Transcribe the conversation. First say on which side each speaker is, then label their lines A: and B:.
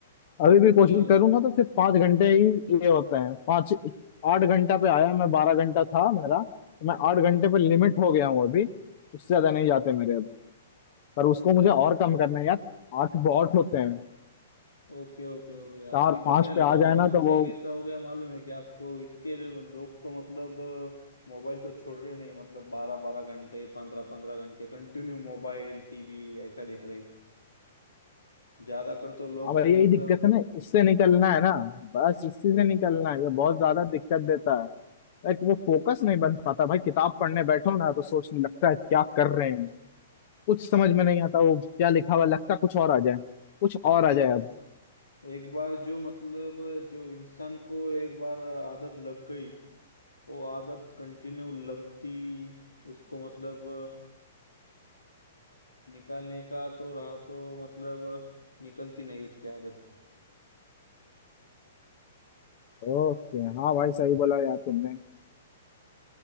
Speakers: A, on the left; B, on the left.
A: अभी भी
B: वो
A: कोशिश
B: तो
A: करूँ ना तो सिर्फ पाँच घंटे ही ये होते हैं पाँच आठ घंटा पे आया मैं बारह घंटा था मेरा तो मैं आठ घंटे पे लिमिट हो गया हूँ अभी उससे ज्यादा नहीं जाते मेरे अब पर उसको मुझे और कम
B: ओ,
A: करना है यार आठ बहुत होते हैं
B: ओके ओके हो गया
A: चार
B: अभी तो
A: पाँच
B: क्या लॉकडाउन
A: पे आ जाए ना तो
B: से
A: वो
B: कैसा हो गया मालूम है कि आपको इतने लोग तो मतलब मोबाइल तो छोड़ रहे नहीं मतलब बारह बारह घंटे पंद्रह पंद्रह घंटे कंटिन्यू मोबाइल टीवी ऐसा देख रहे ज्यादा कर तो लोग
A: अब यही
B: तो मतलब
A: दिक्कत है ना इससे निकलना है ना बस इसी से निकलना है ये बहुत ज्यादा दिक्कत देता है लाइक वो फोकस नहीं बन पाता भाई किताब पढ़ने बैठो ना तो सोचने लगता है क्या कर रहे हैं कुछ समझ में नहीं आता वो क्या लिखा हुआ है, लगता कुछ और आ जाए कुछ और
B: मीन्स
A: आ जाए
B: एक बार जो मतलब जो इंसान को एक बार आदत लग गई वो आदत कंटिन्यू लगती उसको मतलब निकालने का तो रहा तो मतलब निकलती नहीं उसकी आदत
A: ओके हाँ भाई सही बोला यार तुमने